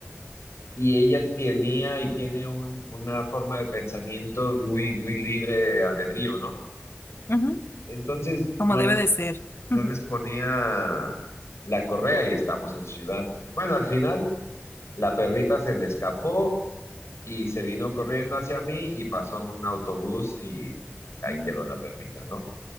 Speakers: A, on the left (about 85°); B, on the left (about 60°).
A: y ella tenía y tiene un- una forma de pensamiento muy, muy libre de albedrío, ¿no?
B: Ujú.
A: Entonces
B: Como
A: no
B: debe
A: les,
B: de ser. <laughs>
A: no
B: Ujú.
A: les ponía la correa y estamos en ciudad. Bueno, al final la perrita se le escapó y se vino corriendo hacia mí y pasó un autobús y y ahí
B: Mm.
A: quedó la perrita, ¿no?